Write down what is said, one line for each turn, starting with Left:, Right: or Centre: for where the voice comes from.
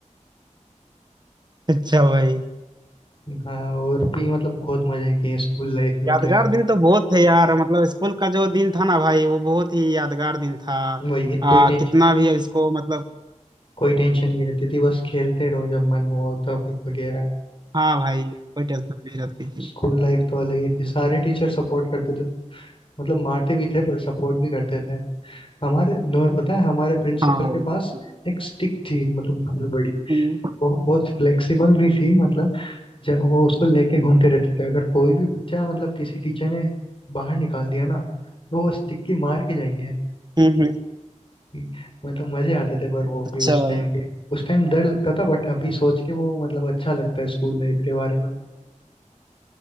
Right: अच्छा भाई
Left: हाँ और भी मतलब बहुत मजे किए स्कूल लाइफ में
Right: यादगार
Left: तो यार
Right: दिन तो बहुत थे यार मतलब स्कूल का जो दिन था ना भाई वो बहुत ही यादगार दिन था
Left: वही इत,
Right: आ,
Left: कोई टेंशन
Right: कितना भी इसको मतलब
Left: कोई टेंशन नहीं रहती थी बस खेलते रहो जब मन हो तब वगैरह
Right: हाँ भाई कोई टेंशन नहीं रहती थी
Left: स्कूल लाइफ तो अलग ही थी सारे टीचर सपोर्ट करते थे मतलब मारते भी थे पर सपोर्ट भी करते थे हमारे तुम्हें पता है हमारे प्रिंसिपल
Right: हाँ भाई
Left: के पास एक स्टिक थी मतलब बहुत बड़ी
Right: हम्म
Left: वो बहुत फ्लेक्सिबल भी थी मतलब जब वो उसको लेके घूमते रहते थे अगर कोई भी बच्चा मतलब किसी टीचर ने बाहर निकाल दिया ना तो वो स्टिक की मार के जाएंगे
Right: हम्म, हम्म।
Left: थी। मतलब मजे आते थे पर वो
Right: अच्छा
Left: भी उस
Right: भाई
Left: टाइम के उस टाइम डर लगता था बट अभी सोच के वो मतलब अच्छा लगता है स्कूल लाइफ के बारे में